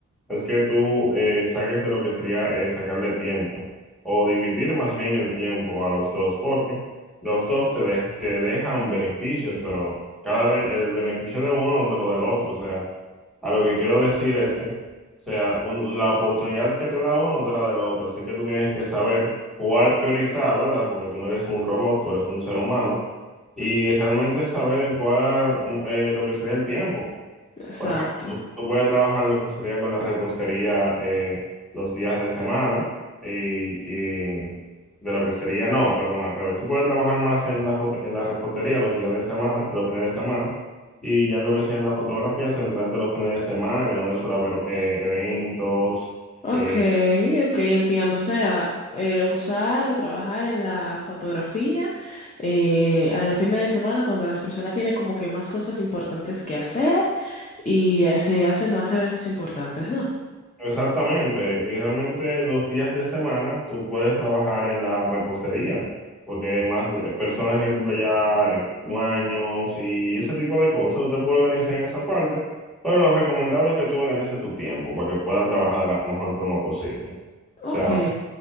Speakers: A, in the centre; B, on the left (about 25°).
A: es que tú eh, saques de lo que sería eh, sacarle tiempo o dividir más bien el tiempo a los dos, porque los dos te, de- te dejan beneficios, pero cada ben- el beneficio de uno no te lo da el otro. O sea, a lo que quiero decir es que, o sea, un- la oportunidad que te da uno no te la da el otro, así que tú tienes que saber cuál priorizar, ¿verdad? Porque tú no eres un robot, tú eres un ser humano y realmente saber en cuál mm, eh, lo que sería el tiempo.
B: Exacto.
A: Por ejemplo, tú, tú puedes trabajar lo que sería con la repostería eh, los días de semana y, y de lo que sería, no, perdón, al revés. Tú puedes trabajar más en la, foto- en la repostería los días de semana, los fines de semana, y ya en lo que sea en la fotografía, centrarte en los fines de semana, que es donde suele haber eh, eventos,
B: Ok,
A: eh,
B: ok, entiendo. O sea, eh, usar o trabajar en la fotografía eh, a los fines de semana cuando las personas tienen como que más cosas importantes que hacer y eh, se hacen más eventos importantes, ¿no?
A: Exactamente, y realmente los días de semana tú puedes trabajar en la repostería, porque más eh, personas que cumplen ya eh, un y ese tipo de cosas, usted puede organizar en esa parte, pero lo recomendable es que tú organices tu tiempo para que puedas trabajar de la mejor forma posible. O
B: Ok.
A: sea,